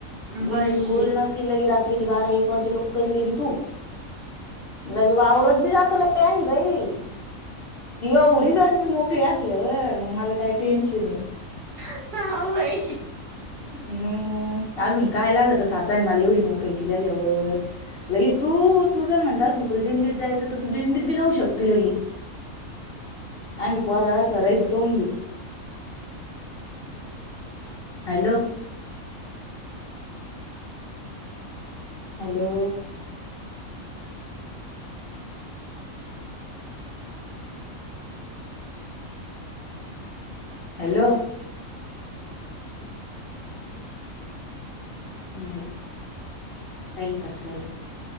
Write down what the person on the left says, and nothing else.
बिलकुल
न केि लग रा रात्री बारा एक वाजे लोक करले की तू. लगे आवरात बी जात बाई एवढी जर मी मोकळी असल्यावर मग मला काही टेन्शन आहे?
मग अजून काय लागत सासयन मला एवढी मोकळी की द्याल्यावर. लगे तू तू जर म्हणता असली तुला दिंडीत जायचं तर तू दिंडीत बी जाऊ शकते लगी. आम्ही पोरा सोरायचं पाहून घेऊ. हॅलो. हॅलो. हॅलो. नाही. पहिल्यासारखं आल